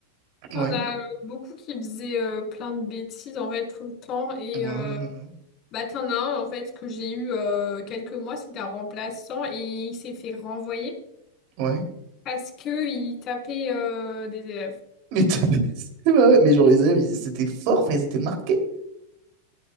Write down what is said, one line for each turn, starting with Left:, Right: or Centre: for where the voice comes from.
Right: Ouais.
Left: on a euh, beaucoup qui faisaient euh, plein de bêtises en fait tout le temps. et.
Right: Mhm.
Left: euh, Bah, t'en as un, en fait, que j'ai eu euh, quelques mois, c'était un remplaçant et il s'est fait renvoyer
Right: Ouais.
Left: parce que il tapait euh, des élèves.
Right: Mais t'as c'est vrai. Mais genre, les élèves, ils- c'était fort, enfin, ils étaient marqués.